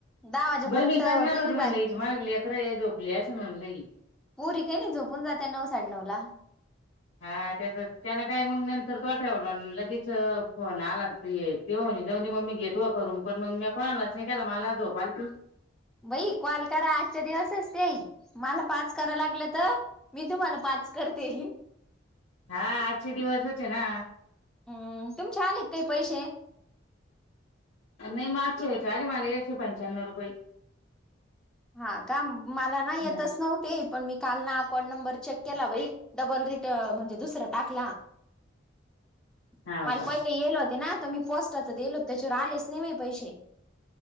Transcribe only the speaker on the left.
बाई मी करणार
होते
म लईच मागली अ खर झोकलीच म्हून लई
हा ते त्यान काय मग नंतर तो ठेवला लगेच फोन आला तेऊ जाेऊन मम्मी घेत तो करून पण मग मी पणालाच नाही केला मला झोपाली
हा आजचे दिवस होचे ना
नाही मागस या्याच्या आगे मला एकशे पंचान्नव रुपये
हम्म
हाव
का